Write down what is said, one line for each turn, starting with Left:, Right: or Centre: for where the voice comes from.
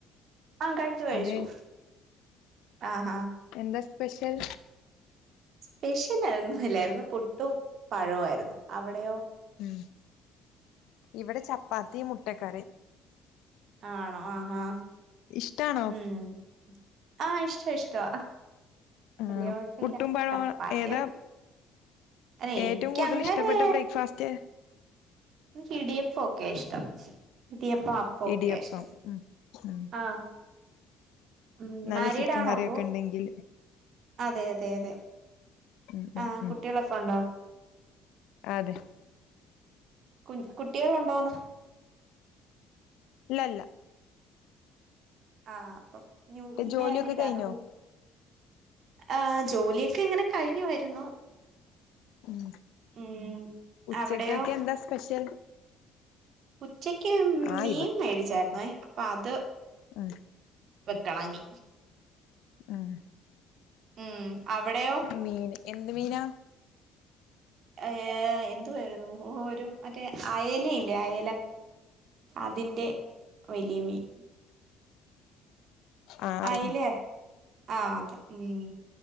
Right: ആഹ കഴിച്ചു കഴിച്ചു
Left: അതെ
Right: ആഹാ
Left: എന്താ സ്പെഷ്യൽ
Right: സ്പെഷ്യനായിരുന്നുല്ലായിരുന്നു പുട്ടും പഴവമായിരുന്നു അവിടെയോ
Left: ഉ ഇവിടെ ചപ്പാത്തി മുട്ടക്കറി
Right: ആണോ ആഹാ
Left: ഇഷ്ടാണോ
Right: ഉം ആഹ ഇഷ്ടോ ഇഷ്ടോ
Left: ആഹ്
Right: വല്ലിയ കുഴപ്പില്ല
Left: പുട്ടും പഴവും
Right: ചപ്പാത്തിയ
Left: ഏതാ
Right: ഓക്കെ അതേ എനിക്കങ്ങനെ
Left: ഏറ്റവും കൂടുതൽ ഇഷ്ടപ്പെട്ട ബ്രേക്ക്ഫാസ്റ്റ്
Right: ക്ക് ഇടിഅപ്പം ഒക്കെ ഇഷ്ടം ഇടിയപ്പം ആപ്പ ഓക്കെ
Left: ഇടിയപ്പം
Right: അഷ്ട
Left: ഉം ഉം
Right: ആഹ ഉ
Left: നല്ല
Right: മാരീഡ
Left: ചിക്കൻ
Right: ആണോ
Left: കറിയൊക്കെ
Right: അതോ
Left: ഉണ്ടെങ്കിൽ
Right: അതെ അതെ അതെ
Left: ഉം ഉം
Right: ആ
Left: ഉം
Right: കുട്ടികളൊക്കെ ഉണ്ടോ
Left: അതെ
Right: കു കുട്ടികൾ ഉണ്ടോന്ന്
Left: ഇല്ലല്ല
Right: ആഹ് ന്യൂ
Left: ജോലിയൊക്കെ
Right: മാരീഡാണോ
Left: കഴിഞ്ഞോ
Right: ആ ജോലിയൊക്ക ക്ക എങ്ങനെ കഴിഞ്ഞുവാരുന്നു
Left: ഉം
Right: ഉം
Left: ഉച്ചക്കൊക്കെ
Right: അവിടെയോ
Left: എന്താ സ്പെഷ്യൽ
Right: ഉച്ചക്ക്
Left: ആഹ്
Right: മീൻ മേടിച്ചായിുന്നോ ഇപ്പൊ അത്
Left: ആഹ്
Right: വെക്കണ ഇനി
Left: ആഹ്
Right: ഉം അവിടെയോ
Left: മീൻ എന്ത് മീനാ
Right: ഏ എന്ത് വാരുന്നു ഒരു മറ്റേ അയലയില്ലേ അയല അതിന്റെ വലിയ മീൻ
Left: ആഹ്
Right: അയിലെ ആ അതെ ഉം